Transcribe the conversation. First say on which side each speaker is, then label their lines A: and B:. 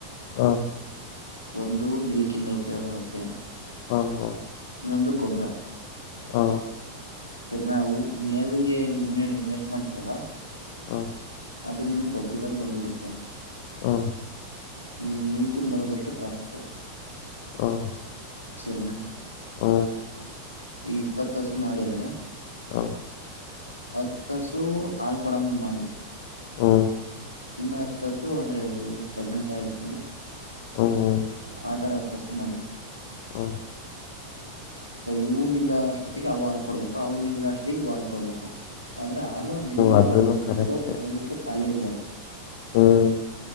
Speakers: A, on the left (about 50°); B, on the left (about 85°).
A: ಹಾ
B: ಒಂದು ಮಿಲ್ಕ್ ಇಂದ ಉಪಯೋಗ ಆಗುತ್ತೆ.
A: ಹ್ಮ ಹಾ
B: ಇನ್ನೊಂದು ಗೊಬ್ಬರ.
A: ಹಾ
B: ಸರಿ ನಾವು ಮೇವಿಗೆ ಇನ್ ಇನ್ವೆಸ್ಟ್ ಮಾಡ್ತರಲ್ಲ.
A: ಹಾ
B: ಅದು ನಿಮಗ್ ಗೊಬ್ಬರದಲ್ಲಿ ಬಂದ್ಬಿಡುತ್ತೆ
A: ಹ್ಮ
B: ನೀವು ಮಿಲ್ಕನ್ ಬರೋದಷ್ಟು ಪ್ರಾಫಿಟ್
A: ಹಾ
B: ಸರ್ನಾ
A: ಹ
B: ಈಗ ಇಪ್ಪತ್ತಸು ಮಾಡಿರ
A: ಹಾ
B: ಹತ್ತಸು ಹಾಲ್ ಕೊಡಂಗ್ ಮಾಡಿ
A: ಹಾ
B: ಇನ್ನು ಹತ್ತುಸು ಅಂದ್ರೆ ಪ್ರೆಗ್ನೆಂಟ್ ಆಗಿರುತ್ ನೋಡಿ
A: ಹ್ಮ
B: ಆ ತರ ತ ಸು ಮಾಡಿ
A: ಹಾ
B: ಇವನ ಇಲ್ಲ ಅಷ್ಟೊತ್ತಿಗೆ ಅವು ಹಾಲ್ ಕೊಡ್ಬೇಕು ಅವ್ನ ಇಲ್ಲ ಅಷ್ಟೊಗೆ ಇವ ಹಾಲ್ಕೊಡ್ಬೇಕು ಅಂದ್ರೆ ಹಾಲು ನಿಲ್ಲೇಬಾರ್ದು
A: ಅದನು
B: ಒಂದ್
A: ಕರೆಕ್ಟ್
B: ದಿಸ್ಲು ಒಂದಸ್ಲು ಖಾಲಿ ಇರಬಾರ್ದು
A: ಹ್ಮ್